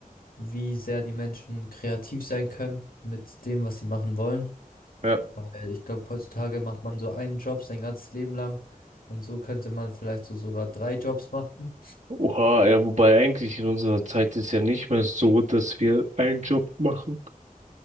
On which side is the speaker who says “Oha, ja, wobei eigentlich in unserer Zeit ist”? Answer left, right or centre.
Right